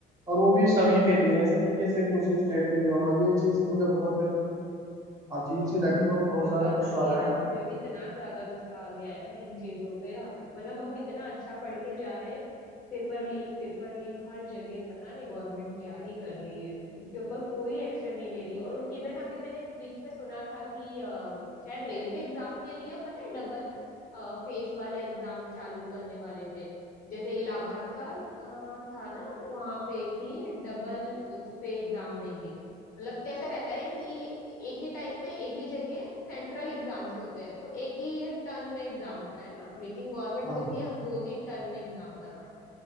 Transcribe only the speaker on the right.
और वो भी सभी के लिए ऐसा नहीं कि सिर्फ उसी स्टेट के लिए होगा ये चीज मुझे बहुत अजीब सी
लगी और
बहुत ज्यादा
गुस्सा आ
रहा
है
हाँ